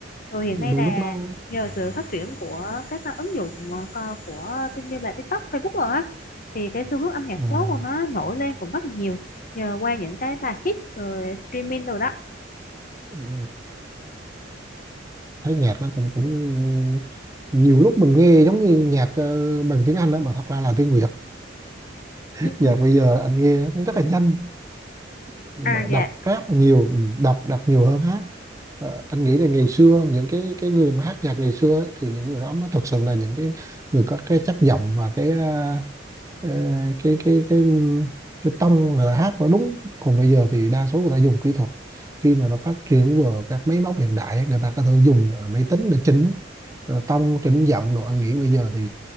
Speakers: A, on the left; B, on the right.
A: Ừ, hiện
B: đôi
A: nay là
B: lúc nó
A: nhờ sự phát triển của các ờ, ứng dụng ờ, co- của tin như là TikTok, Facebook rồi á thì cái xu hướng âm nhạc
B: à,
A: số của nó nổi lên cũng rất là nhiều nhờ qua những cái bài hit rồi streaming rồi đó
B: ừ. ừ. thấy nhạc nó cũng cũng nhiều lúc mình nghe giống như nhạc ờ, bằng tiếng Anh đó mà thật ra là tiếng Việt <laughs>
A: Ừ.
B: nhạc
A: ừ.
B: bây giờ anh nghe nó rất là nhanh mà
A: à dạ
B: đọc rap là nhiều ừ, đọc đọc nhiều hơn hát Ờ, anh nghĩ là ngày xưa những cái cái người mà hát nhạc ngày xưa ấy, thì những người đó mới thực sự là những cái người có cái chất giọng và cái ờ, Ờ, cái cái cái cái tông người ta hát nó đúng còn bây giờ thì đa số người ta dùng kỹ thuật khi mà nó phát triển vào các máy móc hiện đại ấy, người ta có thể dùng ờ, máy tính để chỉnh ờ, tông chỉnh giọng rồi anh nghĩ bây giờ thì